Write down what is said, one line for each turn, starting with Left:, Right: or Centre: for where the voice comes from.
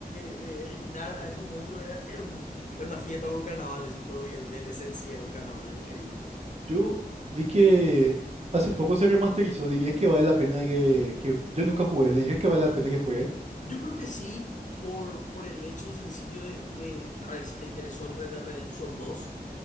Left: eh, de eliminar a esos monstruos. Era, era un- era una fiesta, era un carnaval ese juego y el DLC en sí era un carnaval, era increíble.
Right: Yo vi que
Left: Sí.
Right: hace poco se remasterizó. ¿Dirías que vale la pena que, que... Yo nunca jugué. ¿Dirías que vale la pena que juegue?
Left: Yo creo que sí, por, por el hecho sencillo de, de- a ver, si te interesó el Red Dead Redemption dos